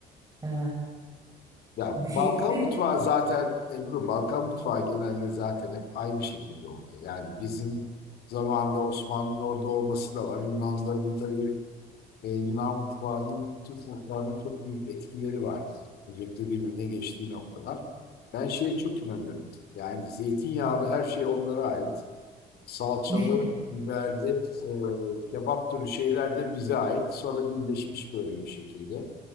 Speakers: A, on the right (about 20°); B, on the left (about 70°).
A: E,
B: Ya
A: bu şekilde
B: Balkan mutfağı zaten Ebru, Balkan mutfağı genelde zaten hep aynı şekilde oluyor. Yani bizim zamanında Osmanlı'nın orada olması da var. Yunanların tabii e, Yunan mutfağının Türk mutfağına çok büyük etkileri var. Özellikle birbirine geçtiği noktalar. Ben şeye çok inanıyorum. Yani zeytinyağlı her şey onlara ait salçalı,
A: <laughs>
B: biberli, e, kebap türü şeyler de bize ait. Sonra birleşmiş böyle bir şekilde.